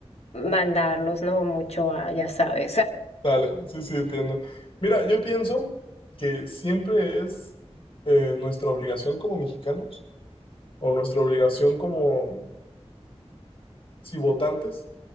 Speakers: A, on the left (about 70°); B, on the left (about 50°).
A: mandarlos, ¿no? Mucho a, ya sabes. <laughs> a-
B: Dale, sí, sí, entiendo. Mira, yo pienso que siempre es eh, nuestra obligación como mexicanos o nuestra obligación como, sí, votantes.